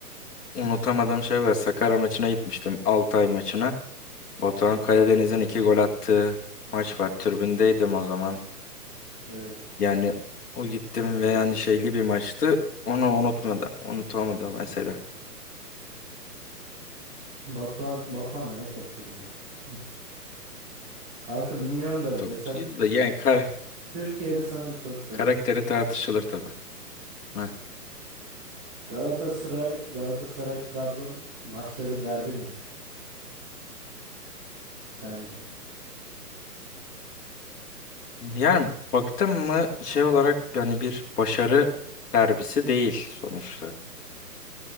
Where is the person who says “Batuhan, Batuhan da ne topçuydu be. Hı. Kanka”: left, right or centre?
Right